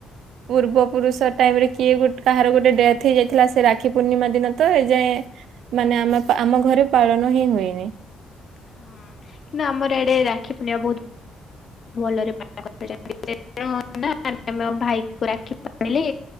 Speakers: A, on the right (about 75°); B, on the left (about 45°).
A: ପୂର୍ବପୁରୁଷ ଟାଇମରେ କିଏ ଗୋ କାହାର ଗୋଟେ ଡେଥ ହେଇଯାଇଥିଲା ସେ ରାକ୍ଷୀ ପୂର୍ଣ୍ଣିମା ଦିନ ତ ଏଯାଏଁ ମାନେ ଆମ ପା ଆମ ଘରେ ପାଳନ ହିଁ ହୁଏନି।
B: ହୁଁ କିନ୍ତୁ ଆମର ଆଡେ ରାକ୍ଷୀ ପୂର୍ଣ୍ଣିମା ବହୁତ ଭଲରେ ପାଳନ କରାଯାଏ। <unintelligible> ଆମଭାଇକୁ ରାକ୍ଷୀ ବାନ୍ଧିଲେ।